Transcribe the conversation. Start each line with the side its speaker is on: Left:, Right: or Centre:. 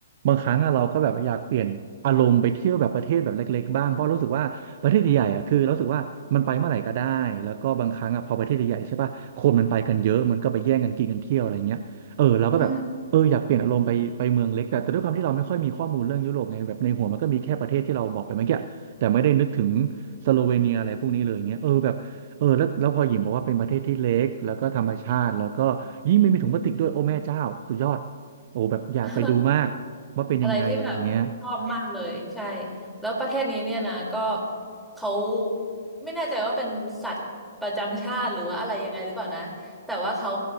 Right: บางครั้งอะเราก็แบบอยากเปลี่ยนอารมณ์ไปเที่ยวแบบประเทศแบบเล็กๆบ้างเพราะรู้สึกว่าประเทศใหญ่ๆอะคือเรารู้สึกว่ามันไปเมื่อไหร่ก็ได้แล้วก็บางครั้งอะพอประเทศใหญ่ๆใช่ป่ะคนมันไปกันเยอะมันก็ไปแย่งกันกินกันเที่ยวอะไรเงี้ยเออเราก็แบบเอออยากเปลี่ยนอารมณ์ไปไปเมืองเล็กแต่แต่ด้วยความที่เราไม่ค่อยมีข้อมูลเรื่องยุโรปไงแบบในหัวมันก็มีแค่ประเทศที่เราบอกไปเมื่อกี้แต่ไม่ได้นึกถึง
Centre: อืม
Right: สโลเวเนียอะไรพวกนี้เลยเงี้ยเออแบบเออแล้วแล้วพอหญิงบอกว่าเป็นประเทศที่เล็กแล้วก็ธรรมชาติแล้วก็ยิ่งไม่มีถุงพลาสติกด้วยโอ้แม่เจ้าสุดยอด โอ้แบบอยากไปดูมาก
Centre: <laughs> เออ
Right: ว่าเป็นยังไงอย่างเงี้ย
Centre: อะไรที่แบบชอบมากเลยใช่แล้วประเทศนี้เนี่ยนะก็เขาไม่แน่ใจว่าเป็นสัตว์ประจำชาติหรือว่าอะไรยังไงหรือเปล่านะแต่ว่าเขา